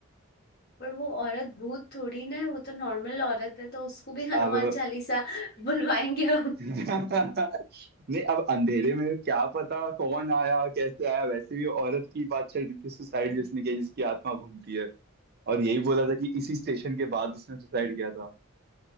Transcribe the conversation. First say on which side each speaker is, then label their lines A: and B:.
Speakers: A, on the left; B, on the right.
A: पर वो औरत भूत थोड़ी ना है वो तो नॉर्मल औरत है तो उसको भी हनुमान
B: अब
A: चालीसा <laughs> बुलवाएंगे हम
B: <laughs> नहीं अब अंधेरे में क्या पता कौन आया कैसे आया वैसे भी औरत की बात चल रही थी सुसाइड जिसने किया जिसकी आत्मा घूमती है और यही बोला था कि इसी स्टेशन के बाद उसने सुसाइड किया था